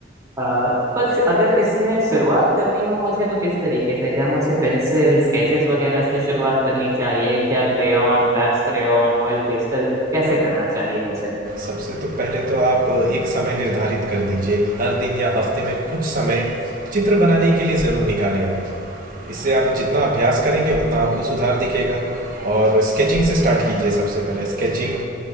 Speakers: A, on the right; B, on the right.
A: अ, पर श- अगर इसमें शुरुआत करनी हो मुझे तो किस तरीके से क्या मुझे पेंसिल स्केचेस वगैरह से शुरुआत करनी चाहिए क्या crayon wax crayon oil pastel कैसे करना चाहिए मुझे
B: सबसे तो पहले तो आप एक समय निर्धारित कर दीजिए हर दिन या हफ्ते में कुछ समय चित्र बनाने के लिए ज़रूर निकालिए आप इससे आप जितना अभ्यास करेंगे उतना आपको सुधार दिखेगा और स्केचिंग से स्टार्ट कीजिए सबसे पहले स्केचिंग